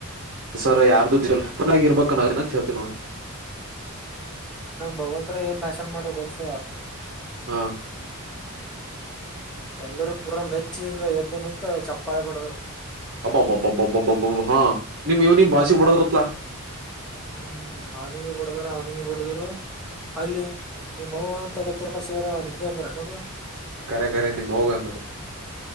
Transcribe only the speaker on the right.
ಸರ ಯಾರ್ದುಡ್ನ್ನಾ <unintelligible> ಗಿರ್ಬೇಕನ್ನನ ಹೇಳ್ತನ ನೋಡಿ.
ಹ್ಮ್
ಅಬ್ಬಾಬ್ಬಬ್ಬಬ್ಬಬ್ಬಬ್ಬಬ ಹಾ ನಿಮ್ ಇವನಿಂಗ್ ಭಾಷೆ ಬಡದ್ರತ್ತಾಲ್ಲ.
ಕರೆ ಕರೆ ನಿಮ್ಹೋಗಂದ್ರು